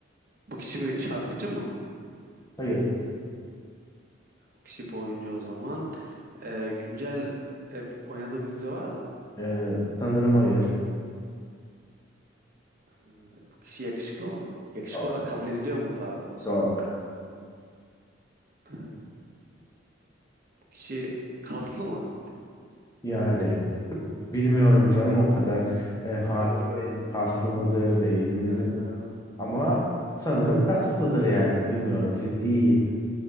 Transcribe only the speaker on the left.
Hayır.
Eee, sanırım hayır.
Çok.
Çok.
Yani bilmiyorum canım o kadar. E, hakim
değilim. Kaslı mıdır değil midir?
Ama sanırım kastıdır yani bilmiyorum fiziği iyi.